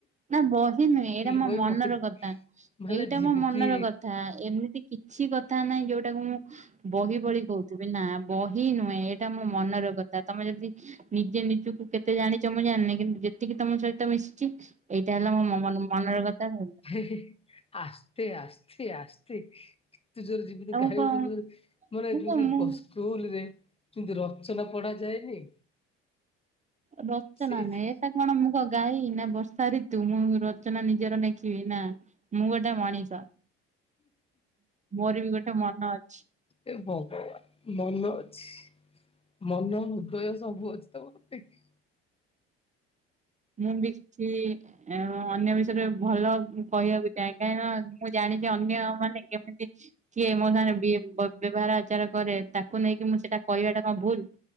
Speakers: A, on the right; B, on the left.
A: ନା ବହି ନୁହେଁ ଏଇଟା ମୋ
B: ବହି
A: ମନର
B: ପଢି
A: କଥା,
B: ମାନେ
A: ଏଇଟା
B: ଯେମିତି
A: ମୋ ମନର କଥା। ଏମିତି କିଛି କଥା ନାହିଁ ଯୋଉଟାକୁ ମୁଁ ବହି ଭଳି କହୁଥିବି ନା, ବହି ନୁହେଁ ଏଇଟା ମୋ ମନର କଥା। ତୋମେ ଯଦି ନିଜେ ନିଜକୁ କେତେ ଜାଣିଚ ମୁଁ ଜାଣିନି। କିନ୍ତୁ ଯେତିକି ତୋମ ସହିତ ମିଶିଚି ଏଇଟା ହେଲା ମୋ ମନ ମନର କଥା ହେଲା।
B: ହେ, ହେ, ହେ। ଆସ୍ତେ, ଆସ୍ତେ, ଆସ୍ତେ। ଏତେ ଜୋରେ ଯେମିତି
A: ଆଉ ମୁଁ
B: ଗାଇ
A: କଣ
B: ହଉଚ ତୋର ମାନେ
A: ମୁଁ
B: ଯେମିତି
A: କଣ ମୁଁ
B: ବସ୍ ସ୍କୁଲ୍ ରେ ଯେମିତି ରଚନା ପଢା ଯାଏନି?
A: ରଚନା
B: ସେଇଥି
A: ନେ ଟା କଣ ମୁଁ କ ଗାଈ ନା ବର୍ଷା ଋତୁ ମୁଁ ରଚନା ନିଜର ନେଖିବି ନା। ମୁଁ ଗୋଟେ ମଣିଷ, ମୋର ବି ଗୋଟେ ମନ ଅଛି।
B: ଏ ଭଗବାନ, ମନ ଅଛି, ମନ ହୃଦୟ ସବୁ ଅଛି ତୋମର ନା କି?
A: ମୁଁ ବି କିଛିି ଏଁ, ଅଁ, ଅନ୍ୟ ବିଷୟରେ ଭଲ କହିବାକୁ ଚାହେଁ। କାହିଁକି ମୁଁ ଜାଣିଚି ଅନ୍ୟ ମାନେ କେମିତି କିଏ ମୋ ସାଙ୍ଗରେ ବିଏ ବୋ ବ୍ୟବହାର ଆଚାର କରେ ତାକୁ ନେଇକି ମୁଁ ସେଟା କହିବାଟା କଣ ଭୁଲ,